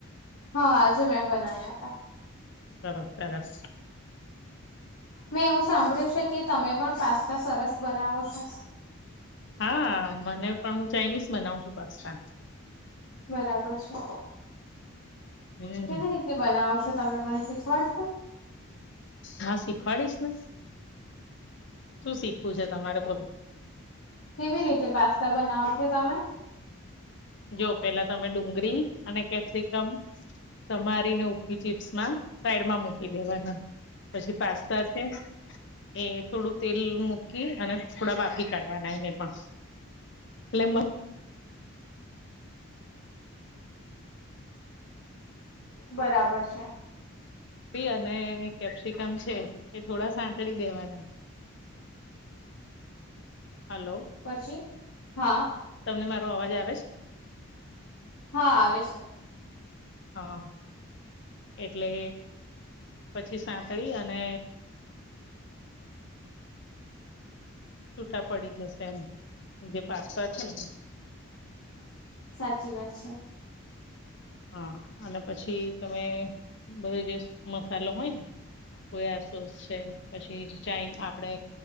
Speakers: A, on the left (about 80°); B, on the left (about 55°).
A: હા આજે મેં બના્યા હતા
B: સરસ સરસ
A: મેં એવું સાંભળ્યું છે કે તમે પણ પાસ્તા સરસ બનાવો છો
B: હા મને પણ હું ચાઇનીઝ બનાવ છું પાસ્તા
A: બરાબર છે
B: હમ
A: કેવી રીતે બનાવો છો તને મન શીખવાડશો
B: હા શીખવાડીશ ને શું શીખવું છે તમારે બોલો
A: કેવી રીતે પાસ્તા બનાવ છો તમે
B: જો પેલા તમે ડુંગરીી અને કેપ્સિકમ સમારીને ઊભી ચીપ્સમાં સાઈડમાં મૂકી દેવાના પછી પાસ્તા છે એ થોડુંક તેલ મૂકી અને થોડા બાકી કાઢવાના એને પણ એટલે
A: બરાબર છે
B: અને કેપ્સિકમ છે એ થોડા સાંતળી દેવાના હલો
A: પછી હા
B: તમને મારો અવાજ આવે છે?
A: હા, આવે છે.
B: હા, એટલે પછી સાતળી અને
A: <unintelligible>
B: છૂટા પડી જશે એમ જે પાકતા છે,
A: સાચી વાત છે.
B: હા, અને પછી તમે બધો જે મસાલો હોય ને સોયા સોસ છે, પછી ચાઈ આપણે